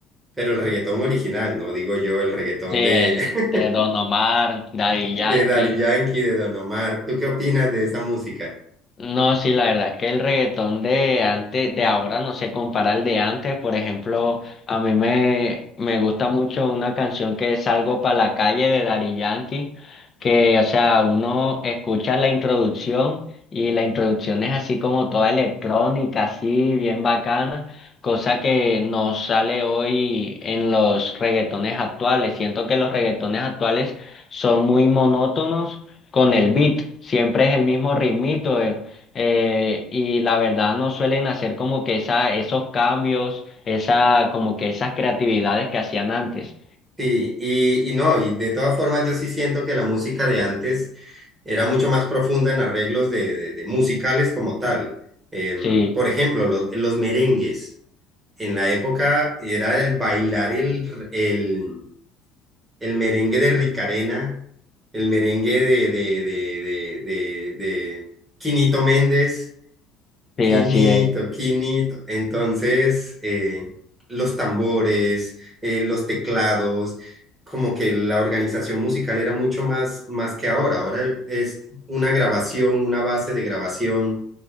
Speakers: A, on the right; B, on the left.
A: pero el reggaetón original, no digo yo el reggaetón
B: Sí, el
A: de, <laughs>
B: de Don Omar, Daddy Yankee.
A: de Daddy Yankee, de Don Omar. ¿Tú qué opinas de esa música?
B: No, sí, la verdad que el reggaetón de antes, de ahora no se compara al de antes. Por ejemplo, a mí me, me gusta mucho una canción que es Salgo para la calle de Daddy Yankee, que, o sea, uno escucha la introducción y la introducción es así como toda electrónica, así bien bacana, cosa que no sale hoy en los reggaetones actuales. Siento que los reggaetones actuales son muy monótonos con el beat. Siempre es el mismo ritmito. eh, eh, y la verdad no suelen hacer como que esa, esos cambios, esa, como que esas creatividades que hacían antes.
A: Sí, y, y no, y de todas formas yo sí siento que la música de antes era mucho más profunda en arreglos de, de- de musicales como tal. Em,
B: Sí,
A: por ejemplo, lo- los merengues. En la época era el bailar el, r- el, el merengue de Ricarena, el merengue de, de, de, de, de, de Quinito Méndez.
B: sí,
A: Quinito,
B: así es.
A: quinito. Entonces, eh, los tambores, eh, los teclados, como que la organización musical era mucho más, más que ahora. Ahora es una grabación, una base de grabación